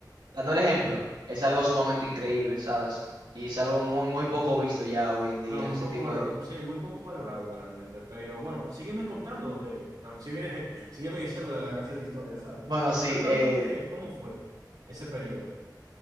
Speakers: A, on the right; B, on the right.
A: dando el ejemplo, es algo sumamente increíble, ¿sabes? Y es algo muy, muy poco visto ya hoy en día,
B: No, muy
A: ese
B: poco
A: tipo
B: valor,
A: de cosas.
B: sí, muy poco valorado realmente, pero bueno, sígueme contando de, no, sígueme, <laughs> sígueme diciendo de la clase de historia, ¿sabes?
A: Bueno, sí,
B: Exactamente,
A: eh,
B: ¿cómo fue ese periodo?